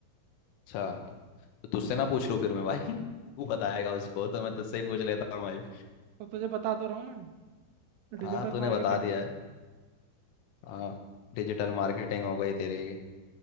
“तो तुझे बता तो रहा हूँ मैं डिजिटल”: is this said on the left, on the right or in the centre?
Right